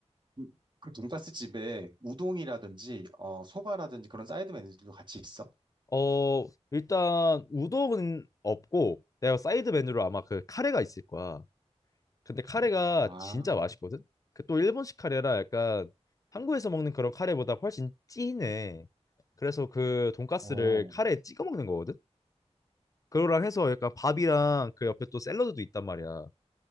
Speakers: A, on the right; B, on the left.
A: 그, 그 돈가스 집에 우동이라든지, 어, 소바라든지 그런 사이드 메뉴들도 같이 있어?
B: 어, 일단 우동은 없고 내가 사이드 메뉴로 아마 그 카레가 있을 거야. 근데 카레가
A: 음, 아,
B: 진짜 맛있거든. 그 또 일본식 카레라 약간 한국에서 먹는 그런 카레보다 훨씬 진해. 그래서 그 돈가스를
A: 오.
B: 카레에 찍어 먹는 거거든. 그거랑 해서 약간 밥이랑
A: 음,
B: 그 옆에 또 샐러드도 있단 말이야.